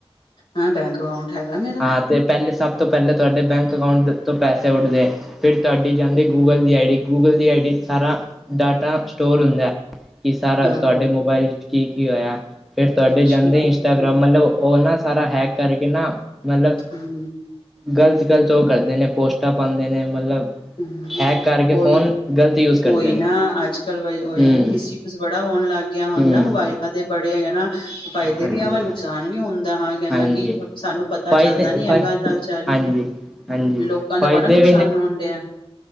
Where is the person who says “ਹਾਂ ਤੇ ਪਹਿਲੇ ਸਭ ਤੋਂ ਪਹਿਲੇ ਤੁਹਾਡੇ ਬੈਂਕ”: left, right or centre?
Centre